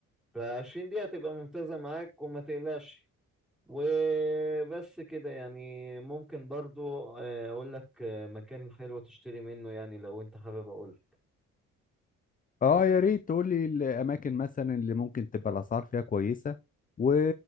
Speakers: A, in the centre; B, on the left.
A: فعشرين دقيقة هتبقى ممتازة معاك وما تقلقش وبس كده يعني ممكن برضو آه، أقول لك آه، مكان حلو تشتري منه يعني لو أنت حابب أقول
B: اه يا ريت تقول لي الاماكن مثلا اللي ممكن تبقى الاسعار فيها كويسه و...